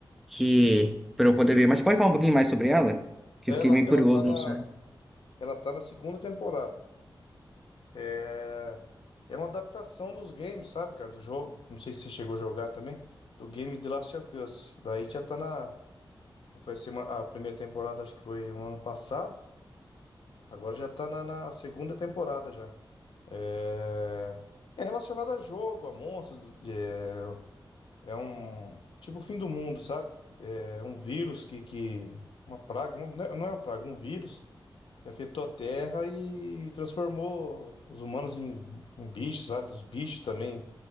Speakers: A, in the centre; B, on the left.
A: que pra eu poder ver. Mas pode falar um pouquinho mais sobre ela? Que
B: Ela,
A: eu fiquei meio
B: ela
A: curioso,
B: tá na,
A: não sei.
B: ela tá na segunda temporada. É, é uma adaptação dos games, sabe, cara? Do jogo. Não sei se você chegou a jogar também. Do game The Last of Us. Daí já tá na. Foi a sema- a primeira temporada, acho que foi o ano passado. Agora já tá na, na segunda temporada já. É, é relacionado a jogo, a monstros. É, é um. Tipo o fim do mundo, sabe? É um vírus que, que. Uma praga. um- Não é não é uma praga, um vírus que afetou a Terra e transformou os humanos em, em bichos, sabe? Os bichos também